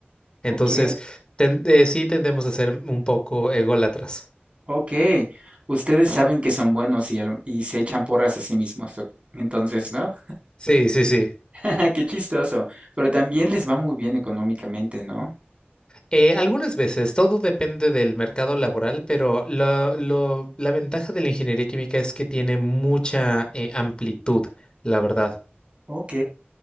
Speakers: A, on the left; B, on the right.
A: Entonces,
B: Ok,
A: ten- eh, sí tendemos a ser un poco ególatras.
B: ok. Ustedes saben que son buenos y, al- y se echan porras a sí mismos, o- entonces, ¿no?
A: Sí, sí, sí.
B: <laughs> Qué chistoso. Pero también les va muy bien económicamente, ¿no?
A: Eh, algunas veces, todo depende del mercado laboral, pero lo- lo- la ventaja de la ingeniería química es que tiene mucha eh, amplitud, la verdad.
B: Ok.